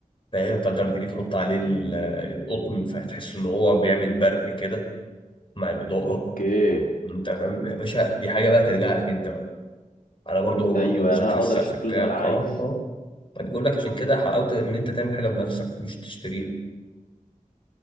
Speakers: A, on the left; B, on the left.
A: فاهم فانت لما تيجي تحط عليه ال- القطن فهتحس ان هو بيعمل برق كده مع الاضاءه
B: اوكي
A: انت فاهم يا باشا دي حاجه بقى ترجع لك انت بقى على برضه
B: ايوه
A: برضه شكل
B: يعني انا
A: السقف
B: اقدر اشكله
A: بتاعك
B: زي ما انا عايز
A: اه اه فدي بقول لك عشان كده حلاوه ان انت تعمل حاجه بنفسك مش تشتريها